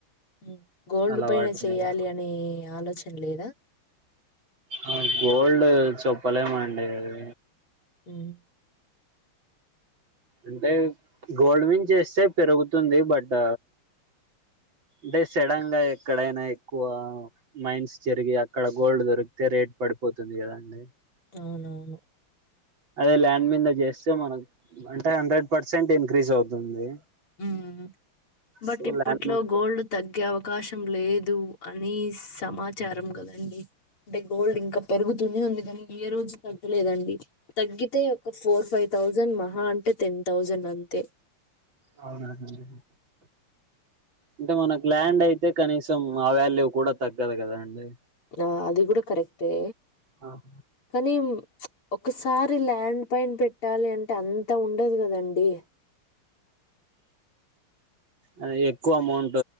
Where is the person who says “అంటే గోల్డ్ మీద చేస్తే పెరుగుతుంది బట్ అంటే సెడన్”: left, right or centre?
Right